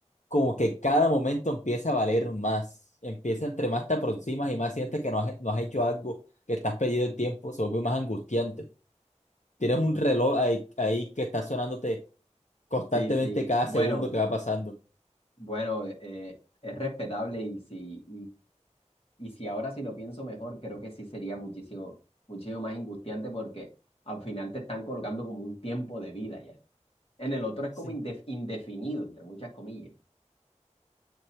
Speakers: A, on the left; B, on the left.
A: como que cada momento empieza a valer más. Empieza entre más te aproximas y más sientes que no has, no has hecho algo, que estás perdido el tiempo, se vuelve más angustiante. Tienes un reloj ahí, ahí que está sonándote constantemente
B: Sí, sí.
A: cada
B: Bueno,
A: segundo que va pasando.
B: bueno, eh, es respetable y sí. Y si ahora sí lo pienso mejor, creo que sí sería muchísimo, muchísimo más angustiante porque al final te están colocando como un tiempo de vida ya. En el otro es
A: Sí.
B: como indef- indefinido, entre muchas comillas.